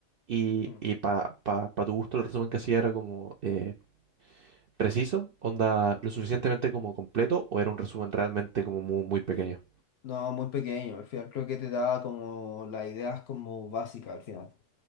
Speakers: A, on the right (about 65°); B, on the left (about 60°).
A: Y,
B: Mm.
A: y para tu gusto, el resumen que hacía era como eh, preciso, onda lo suficientemente como completo, o era un resumen realmente como muy, muy pequeño.
B: No, muy pequeño. Al final creo que te da como las ideas como básicas al final.